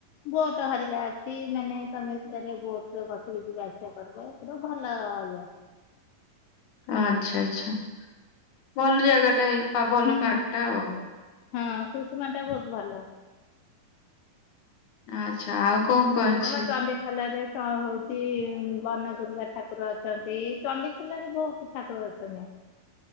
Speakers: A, on the left; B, on the left.
A: ବୋଟ ହରିକା ଅଛି ମାନେ ତମେ ସେଥିରେ ବୋଟରେ ବସିକି ଯିବା ଆସିବା କରିବ, ଏ ଗୋଟେ ଭଲ ଇଏ।
B: ଆଚ୍ଛା ଆଚ୍ଛା। ଭଲ ଜାଗାଟା ଏଇ ପା ଭଲ
A: ହୁଁ।
B: ପାର୍କଟା ଆଉ।
A: ହଁ କୁସୁମାଟା ବହୁତ ଭଲ।
B: ଆଚ୍ଛା। ଆଉ କଣ କଣ ଅଛି?
A: ଆମର ଚଣ୍ଡି ଭଲରେ ତ ହଉଛି ବନ ଦୁର୍ଗା ଠାକୁର ଅଛନ୍ତି, ଚଣ୍ଡିଖୋଲାରେ ବହୁତ ତ ଠାକୁର ଅଛନ୍ତି।